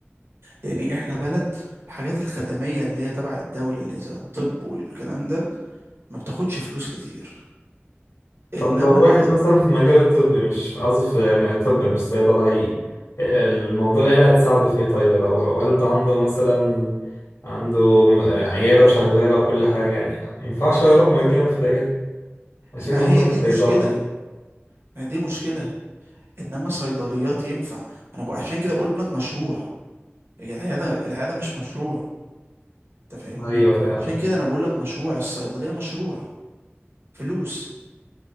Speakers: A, on the right (about 65°); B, on the left (about 90°).
A: لان احنا بلد الحاجات الخدميه اللي هي تبع الدوله اللي زي الطب والكلام ده ما بتاخدش فلوس كتير انما
B: طب لو واحد
A: ال...
B: مثلا في المجال الطبي مش قصدي في م- طب مش صيدلة الموضوع العيلة هتساعده في ايه طيب لو والده عنده مثلا عنده آه، عيادة وشغالة وكل حاجة يعني مينفعش يروح مكانه في العيادة عشان
A: ما
B: كده ممكن
A: هي
B: في
A: دي
B: لازم
A: المشكله
B: صيدلة
A: ما هي دي المشكله انما صيدليات ينفع انا بقول عشان كده بقول لك مشروع هي العياده العياده مش مشروع انت فاهمني
B: أيوة فعلا
A: عشان كده انا بقول لك مشروع الصيدليه مشروع فلوس